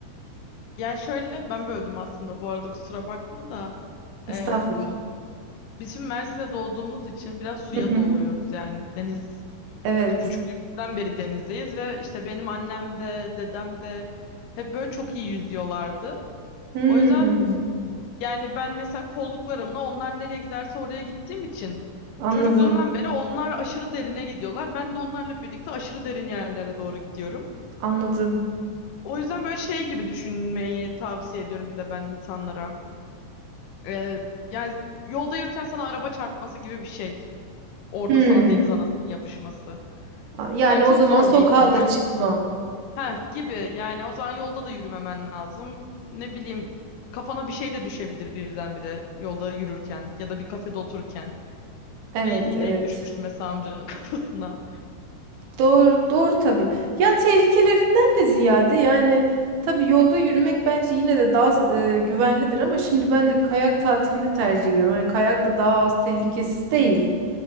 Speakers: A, on the left (about 70°); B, on the right (about 65°).
A: Ya şöyle ben böldüm aslında bu arada kusura bakma da.
B: Estağfurullah.
A: Ee, Biz şimdi Mersin'de doğduğumuz için biraz suya
B: Hı hı.
A: doğuyoruz. Yani deniz
B: Evet.
A: küçüklüğümüzden beri denizdeyiz ve işte benim annem de dedem de hep böyle çok iyi yüzüyorlardı.
B: Hmm,
A: O yüzden yani ben mesela kolluklarımla onlar nereye giderse oraya gittiğim için
B: anladım.
A: çocukluğumdan beri onlar aşırı derine gidiyorlar. Ben de onlarla birlikte aşırı derin yerlere doğru gidiyorum.
B: Anladım.
A: O yüzden böyle şey gibi düşünmeyi tavsiye ediyorum bir de ben insanlara. Ee, yani yolda yürürken sana araba çarpması gibi bir şey. Orada
B: Hmm.
A: sana deniz anasının yapışması.
B: A- Yani
A: Yani çok
B: o zaman
A: zor
B: sokağa
A: bir ihtimal.
B: da çıkma.
A: Heh gibi yani o zaman yolda da yürümemen lazım. Ne bileyim kafana bir şey de düşebilir birdenbire yolda yürürken ya da bir kafede otururken.
B: Evet,
A: Bir inek
B: evet.
A: düşmüştü mesela amcanın <laughs> kafasına.
B: Doğru, doğru tabii. Ya tehlikelerinden de ziyade yani tabii yolda yürümek bence yine de daha e, güvenlidir ama şimdi ben de kayak tatilini tercih ediyorum. Hani kayak da daha az tehlikesiz değil.